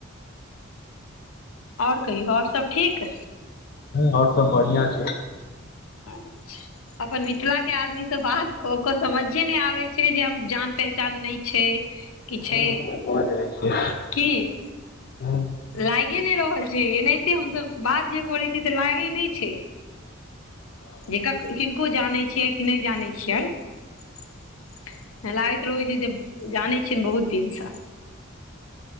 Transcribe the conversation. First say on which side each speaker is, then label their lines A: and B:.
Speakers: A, on the left (about 85°); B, on the left (about 50°).
A: आओर कहियो आओर सब ठीक।
B: आओर सब बढ़िया छै।
A: अच्छा अपन मिथिला के आदमी से बात क के समझे नहि आबे छै जे हम जान पहचान नहि छै। कि छै
B: ह भ जाइ छै
A: की
B: ह
A: लागे नहि रहल छै एनाहिते हमसभ बात जे करै छीयै तऽ लागे नहि छै। जे कक किनको जानै छियै कि नहि जानै छियनि। ह लागैत रहै छै जे जानैत छियै बहुत दिनसँ।